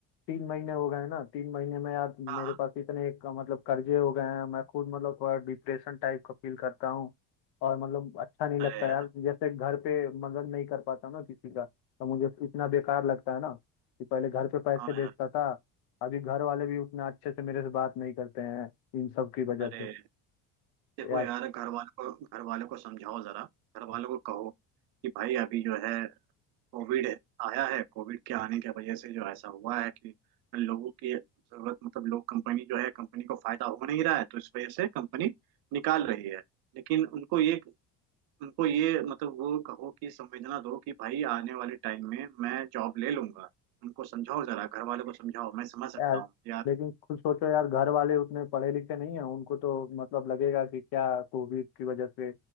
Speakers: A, on the left (about 75°); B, on the right (about 70°).
A: तीन महीने हो गए हैं ना तीन महीने में यार मेरे
B: हाँ हाँ
A: पास इतने एक, मतलब कर्जे हो गए हैं मैं खुद मतलब थोड़ा डिप्रेशन टाइप का फील करता हूँ और मतलब अच्छा नहीं
B: अरे
A: लगता
B: यार
A: यार जैसे घर पे मदद नहीं कर पाता हूं ना किसी का तो मुझे इतना बेकार लगता है ना कि पहले घर पे पैसे
B: हाँ यार
A: भेजता था अभी घर वाले भी उतना अच्छे से मेरे से बात नहीं करते हैं इन सब की वजह
B: अरे
A: से
B: देखो
A: यार
B: यार घर वालों को घर वालों को समझाओ जरा घर वालों को कहो कि भाई अभी जो है कोविड आया है कोविड के आने की वजह से जो ऐसा हुआ है कि लोगों की जरूरत मतलब लोग कंपनी जो है कंपनी को फायदा हो नहीं रहा है तो इस वजह से कंपनी निकाल रही है लेकिन उनको ये उनको ये मतलब वो कहो कि संवेदना दो कि भाई आने वाले टाइम में मैं जॉब ले लूंगा उनको समझाओ जरा घर वालों को समझाओ मैं समझ सकता
A: यार
B: हूँ यार
A: लेकिन खुद सोचो यार घर वाले उतने पढ़े लिखे नहीं है उनको तो मतलब लगेगा कि क्या कोविड की वजह से